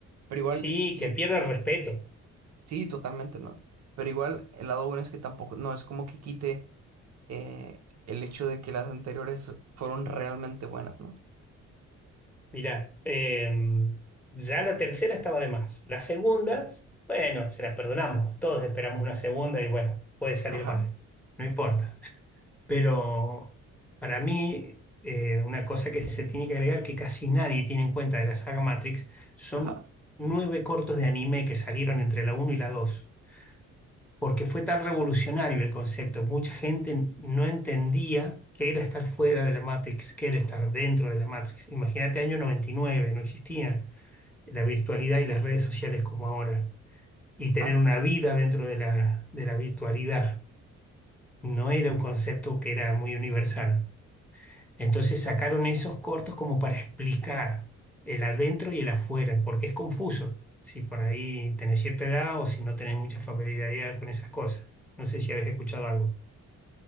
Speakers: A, on the right; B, in the centre.
A: Pero igual,
B: Sí,
A: sí,
B: que pierde el respeto.
A: sí, totalmente, ¿no? Pero igual, el lado bueno es que tampoco, no es como que quite. eh, el hecho de que las anteriores fueron realmente buenas, ¿no?
B: Mirá, eh, ya la tercera estaba de más. Las segundas, bueno, se las perdonamos. Todos esperamos una segunda y bueno, puede salir
A: Ajá,
B: mal. No importa. Pero para mí, eh, una cosa que se tiene que agregar que casi nadie tiene en cuenta de la saga Matrix son
A: ajá,
B: nueve cortos de anime que salieron entre la uno y la 2 porque fue tan revolucionario el concepto. Mucha gente no entendía qué era estar fuera de la Matrix, qué era estar dentro de la Matrix. Imagínate año 99 no existía la virtualidad y las redes sociales como ahora. Y tener
A: ajá.
B: una vida dentro de la, de la virtualidad no era un concepto que era muy universal. Entonces sacaron esos cortos como para explicar el adentro y el afuera, porque es confuso si por ahí tenés cierta edad o si no tenés mucha familiaridad con esas cosas. No sé si habéis escuchado algo.